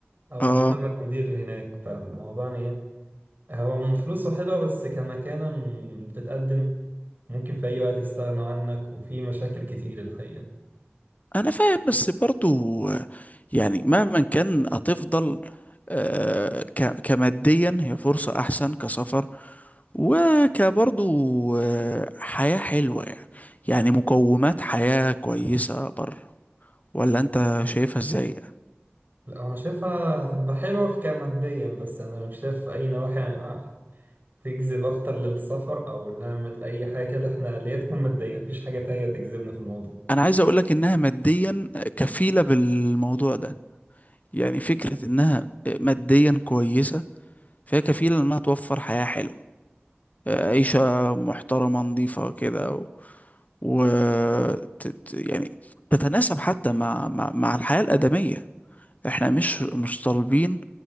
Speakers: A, on the right (about 50°); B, on the left (about 40°).
A: او
B: اه
A: هتشتغل مدير هناك فالموضوع يعني ايه هو من فلوسه حلوه بس كمكانه م- بتتقدم ممكن في اي وقت يستغنوا عنك وفي مشاكل كتير الحقيقه
B: انا فاهم بس برضو آه، يعني مهما كان هتفضل آه، ك- كماديا هي فرصة احسن كسفر وكبرضو آه، حياة حلوة يعني يعني مقومات حياة كويسة بره ولا انت شايفها ازاي يعني؟
A: لا انا شايفها هتبقى حلوة في كماديا بس انا مش شايف اي نواحي آه، تجذب اكتر للسفر او نعمل اي حاجة كده احنا اللي هي تكون مادية مفيش حاجة تانية تجذبنا في الموضوع
B: انا عايز اقولك انها ماديا كفيلة بالموضوع ده يعني فكرة انها ماديا كويسة فهي كفيلة انها توفر حياة حلوة آه، عيشة محترمة نظيفة كده و... و... ت... ت- يعني تتناسب حتى مع مع, مع الحياة الآدمية احنا مش مش طالبين